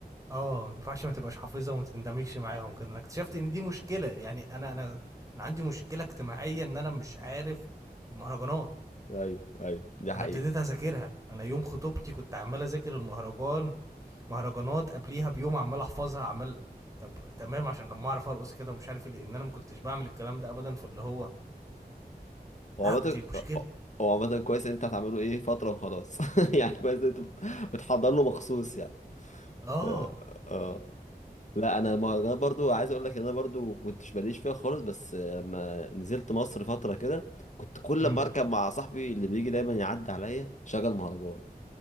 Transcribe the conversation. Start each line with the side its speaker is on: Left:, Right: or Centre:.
Right: اه ما ينفعش ما تبقاش حافظها وما تندمجش معاهم كده انا اكتشفت ان دي مشكله يعني انا انا انا عندي مشكله اجتماعيه ان انا مش عارف المهرجانات
Left: ايوه ايوه دي حقيقة
Right: انا ابتديت اذاكرها انا يوم خطوبتي كنت عمال اذاكر المهرجان مهرجانات قبليها بيوم عمال احفظها عمال طب تمام عشان لما اعرف ارقص كده ومش عارف إيه، لان انا ما كنتش بعمل الكلام ده ابدا فاللي هو لا
Left: هو عامة
Right: دي مشكله
Left: هو عامة كويس إن انت هتعمله ايه فترة وخلاص <laughs> يعني كويس إن انت بت- بتحضر له مخصوص يعني
Right: اه
Left: اه آه. لا انا المهرجانات برضو عايز اقول لك ان انا برضو كنتش ماليش فيها خالص بس لما نزلت مصر فترة كده كنت كل
Right: امم
Left: ما اركب مع صاحبي اللي بيجي دايما يعدي عليا شغل مهرجان